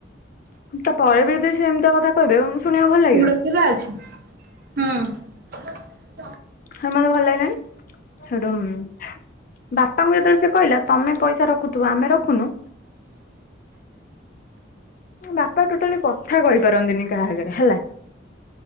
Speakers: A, on the left; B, on the right.
A: ତାପରେ ବି ତୁ ସେ ଏମିତି କଥା କହିବେ। ଶୁଣିବାକୁ ଭଲ ଲାଗିବ
B: ସେଗୁଡ଼ା ଖୋଲା ଅଛି ହୁଁ।
A: ହ ମତେ ଭଲ ଲାଗିଲଣିି <unintelligible> ବାପାଙ୍କୁ ଯେତେବେଳେ ସେ କହିଲା ତମେ ପଇସା ରଖୁଥିବ ଆମେ ରଖୁନୁ ବାପା ଟୋଟାଲି କଥା କହିପାରନ୍ତିନି କାହା ଆଗରେ ହେଲା।